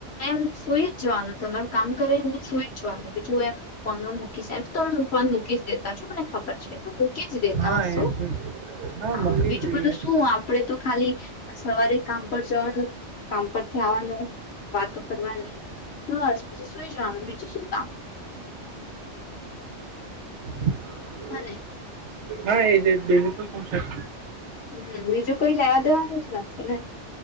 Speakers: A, on the left (about 65°); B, on the right (about 70°).
A: એમ સુઈ જ જવાનું તમારું કામ કરે નહી સુઈ જ જવાનું બીજું એમ ફોનમાં મૂકી શાય <inaudible> એમ તો તમે હું ફોન મૂકી દેતા છો મને ખબર છે મૂકી જ દેતા
B: હા
A: હશો
B: એજ એજ
A: હા
B: મૂકી
A: બીજું
B: જ દઈએ
A: બધું શું આપ આપડે તો ખાલી સવારે કામ પર જવાનું કામ પરથી આવવાનું. વાતો કરવાની બસ બીજું સુઈ જવાનું બીજું શું કામ
B: હ <inaudible>
A: અને
B: હા એજ એજ બીજું શું કોન્ટેક.
A: હમ બીજું કોઈ લેવા દેવા નથી ને.